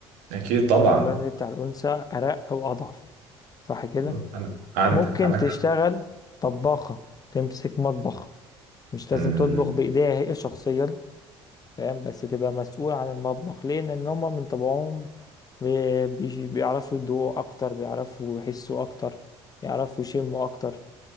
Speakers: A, on the right; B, on the left.
A: اكيد طبعا
B: الجهد البدني بتاع الأنثى أرق أو أضعف صح كده
A: مم، عند- عندك
B: ممكن
A: عندك
B: تشتغل
A: حق.
B: طباخة تمسك مطبخ مش لازم
A: مم،
B: تطبخ بإيديها هي شخصيا فاهم بس تبقى مسؤول عن المطبخ ليه لأن هما من طبعهم بي- بيجي- بيعرفوا يدوقوا أكتر بيعرفوا يحسوا أكتر يعرفوا يشموا أكتر